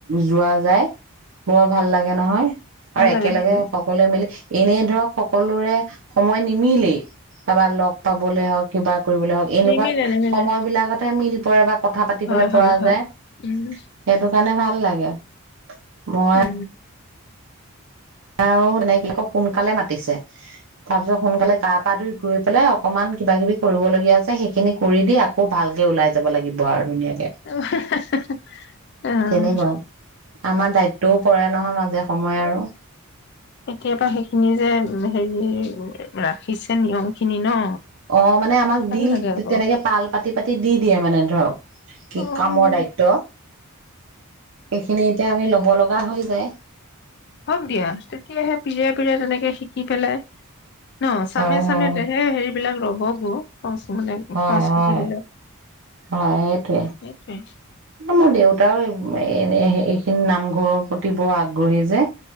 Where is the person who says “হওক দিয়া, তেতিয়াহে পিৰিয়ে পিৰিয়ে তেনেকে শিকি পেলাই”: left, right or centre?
Left